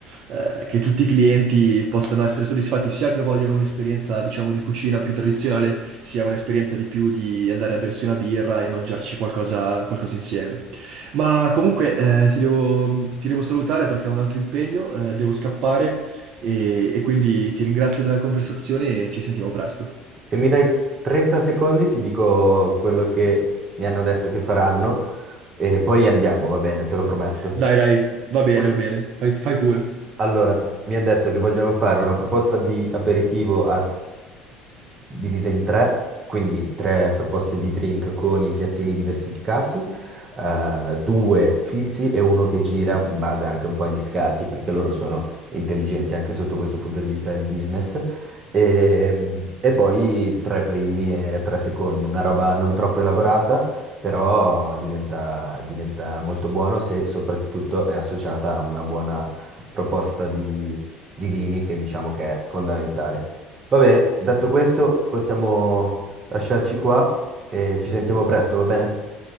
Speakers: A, on the right; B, on the right.
A: eh, che tutti i clienti possano essere soddisfatti, sia che vogliono un'esperienza, diciamo, di cucina più tradizionale, sia un'esperienza di più di andare a bersi una birra e mangiarci qualcosa, qualcosa insieme. Ma comunque eh, ti devo, ti devo salutare perché ho un altro impegno, eh, devo scappare e, e quindi ti ringrazio della conversazione e ci sentiamo presto.
B: Se mi dai 30 secondi ti dico quello che mi hanno detto che faranno e poi andiamo, va bene, te lo prometto.
A: Dai, dai, va bene,
B: Ul-
A: va bene, fai, fai pure.
B: Allora, mi hanno detto che vogliono fare una proposta di aperitivo a- divisa in tre, quindi tre proposte di drink con i piattini diversificati, eh, due fissi e uno che gira in base anche un po' agli scarti, perché loro sono intelligenti anche sotto questo punto di vista del business. E, e poi tre primi e tre secondi, una roba non troppo elaborata, però diventa, diventa molto buono se soprattutto è associata a una buona proposta di, di vini che diciamo che è fondamentale. Va bene, detto questo, possiamo lasciarci qua e ci sentiamo presto, va bene?